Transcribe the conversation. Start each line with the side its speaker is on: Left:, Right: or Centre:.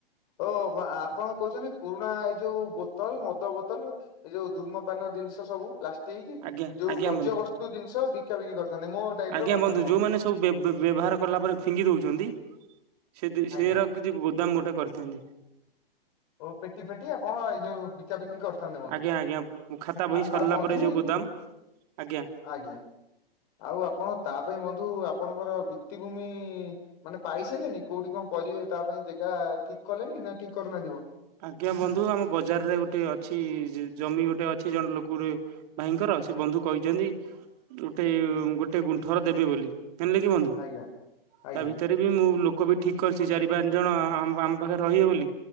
Left: ଓ ଆପଣ କହୁଛନ୍ତି ପୁରୁଣା ଏ ଯୋଉ ବୋତଲ ମଦ ବୋତଲ ଏ ଯୋଉ ଧୁର୍ମପାନ ଜିନିଷ ସବୁ ପ୍ଲାଷ୍ଟିକ
Right: ଆଜ୍ଞା
Left: ଯୋଉ
Right: ଆଜ୍ଞା
Left: ଗର୍ଜବସ୍ତୁ
Right: ବନ୍ଧୁ
Left: ଜିନିଷ ବିକା ବିକି କରିଥାନ୍ତେ ମୋ ଟାଇପ
Right: ଆଜ୍ଞା
Left: ର କରିଥାନ୍ତେ
Right: ଯୋଉମାନେ
Left: ବନ୍ଧୁ।
Right: ସବୁ ବ୍ୟବହାର କଲାପରେ ଫିଙ୍ଗି ଦେଉଛନ୍ତି। ସେ ସେ
Left: ଆଜ୍ଞା।
Right: ରଖିଛି ଗୋଦାମ ଗୋଟେ କରିଥାନ୍ତି।
Left: ଓଉ ପେଟି ଫେଟି ଆପଣ ଏଇ ଯୋଉ ବିକା ବିକି କର ଥାନ୍ତେ ବନ୍ଧୁ
Right: ଆଜ୍ଞା ଆଜ୍ଞା ଖାତା ବହି
Left: ଆଉ
Right: ସରିଲା
Left: ବନ୍ଧୁ
Right: ପରେ ଯୋଉ ଗୋଦାମ ଆଜ୍ଞା
Left: ଆଜ୍ଞା। ଆଉ ଆପଣ ତା ପାଇଁ ବନ୍ଧୁ ଆପଣଙ୍କର ଭିତ୍ତିଭୂମି ମାନେ ପାଇସାରିଲେଣି କୋଉଠି କଣ କରିବେ ତା ପାଇଁ ଏଟା ଠିକ୍ କଲେ ନା ଠିକ୍ କରିନା
Right: ଆଜ୍ଞା ବନ୍ଧୁ ଆମ ବଜାରରେ ଗୋଟେ ଅଛି। ଜମି ଗୋଟେ ଅଛି ଜଣେ ଲୋକ ଗୋଟେ ଭାଇଙ୍କର ସେ ବନ୍ଧୁ କହିଛନ୍ତି ଗୋଟେ ଗୋ ଗୋଟେ ଗୁଣ୍ଠର ଦେବେ ବୋଲି ହେଣିଲ କି ବନ୍ଧୁ
Left: ଆଜ୍ଞା ଆଜ୍ଞା
Right: ତା ଭିତରେ ବି ମୁଁ ଲୋ ଲୋକ ବି ଠିକ୍ କରିଛି ଚାରି ପାଞ୍ଚ ଜଣ ଆମ ପାଖରେ ରହିବେ ବୋଲି